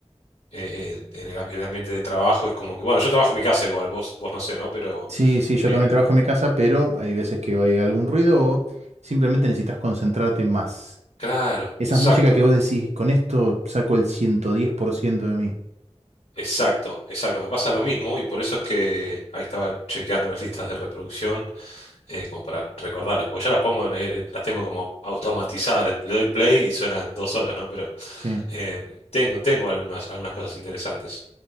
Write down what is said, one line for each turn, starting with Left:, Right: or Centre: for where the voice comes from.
Left: eh, eh, en el, am- el ambiente de trabajo es como que, bueno, yo trabajo en mi casa igual, vos, vos no sé, ¿no? Pero,
Right: Sí, sí, yo
Left: eh,
Right: también trabajo en mi casa, pero hay veces que hay algún ruido o simplemente necesitas concentrarte más.
Left: claro,
Right: Esas
Left: exacto.
Right: músicas que vos decís, con esto saco el 110% de mí.
Left: Exacto, exacto, me pasa lo mismo y por eso es que ahí estaba chequeando las listas de reproducción eh, como para recordarlas, porque ya las pongo, en el- las tengo como automatizadas, le, le doy play y suenan dos horas, ¿no? Pero
Right: Sí,
Left: eh, tengo, tengo algunas, algunas cosas interesantes.